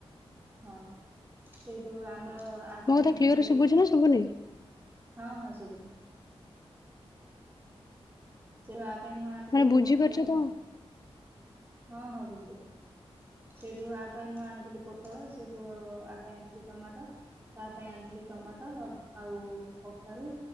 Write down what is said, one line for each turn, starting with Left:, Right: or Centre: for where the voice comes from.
Right: ହଁ ସେଇଠୁ ଆ ଆମ ପାଇଁ
Left: ମୋ କଥା
Right: ଆଣିଥିଲି
Left: କ୍ଲିୟର ଶୁଭୁଛି ନା ଶୁଭୁନି?
Right: ହଁ ହଁ ସୁଭୁଛି। ସେ ଆ ମୋ ପାଇଁ ମୁଁ ଆଣିଥିଲି
Left: ମାନେ ବୁଝିପାରୁଛ
Right: କଣ କହିଲ
Left: ତ
Right: ହଁ ହଁ ବୁଝିପାରୁଛି ସେଇଠୁ ଆ ପାଇଁ ମୁଁ ଆଣିଥିଲି ପୋଟଳ ସେଇଠୁ ଆ ପାଇଁ ଆଣିଥିଲି ଟମାଟ ତା ପାଇଁ ଆଣିଥିଲି ଟମାଟୋ ଆଉ କଖାରୁ